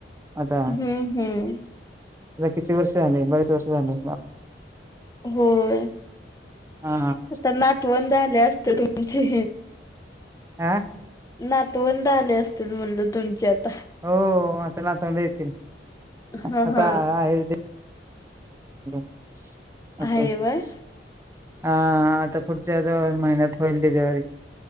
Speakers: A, on the right; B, on the left.
A: आता
B: हम्म हम्म
A: किती वर्ष झाले बरेच वर्ष झाले.
B: होय
A: हा
B: आता नातवंद झाले असते तुमची
A: आह
B: नातवंद आले असतील म्हणलं तुमचे आता
A: हो आता नातवंड येतील
B: हा
A: आता
B: हा
A: आहे <unintelligible> अस
B: आहे व्हय
A: हा आता पुढच्या दोन महिन्यात होल डिलेवरी.